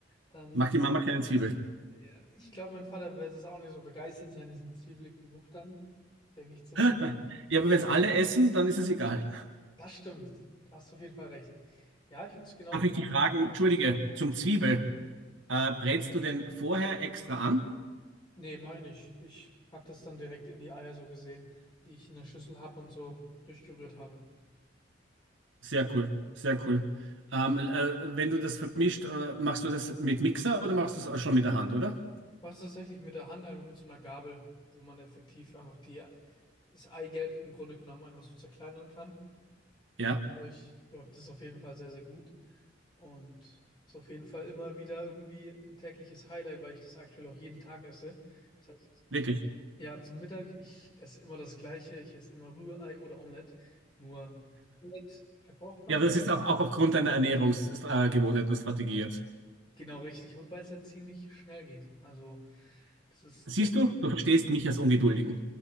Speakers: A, on the left; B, on the right.
A: Dann
B: Mag die Mama keine Zwiebel?
A: Ja, ich glaube, mein Vater wird es auch nicht so begeistert sein, diesen zwiebeligen Geruch dann. Denke ich zumindest.
B: <laughs> Ja, aber wenn es alle essen, dann ist es egal.
A: Das stimmt. Da hast du auf jeden Fall recht. Ja, ich würde es genau.
B: Darf ich
A: gleich
B: dich fragen,
A: machen.
B: entschuldige, zum Zwiebel, äh, brätst du den vorher extra an?
A: Nee, mache ich nicht. Ich packe das dann direkt in die Eier, so gesehen, die ich in der Schüssel habe und so durchgerührt habe.
B: Sehr cool, sehr cool. Ähm, äh, wenn du das vermischt, äh, machst du das mit Mixer oder machst du es schon mit der Hand, oder?
A: Mach's tatsächlich mit der Hand, einfach mit so einer Gabel, wo man effektiv einfach die, das Eigelb im Grunde genommen einfach so zerkleinern kann.
B: Ja,
A: Und dadurch läuft es auf jeden Fall sehr, sehr gut. Und ist auf jeden Fall immer wieder irgendwie ein tägliches Highlight, weil ich das aktuell auch jeden Tag esse. Das heißt,
B: wirklich.
A: ja, zum Mittag, ich esse immer das Gleiche, ich esse immer Rührei oder Omelett. Nur Omelett verbraucht man.
B: Ja, aber das ist auch, auch aufgrund deiner Ernährungsgewohnheit äh, Gewohnheit und Strategie jetzt.
A: Genau richtig. Und weil es halt ziemlich schnell geht. Also, das ist
B: Siehst
A: zack,
B: du, du verstehst mich als Ungeduldigen.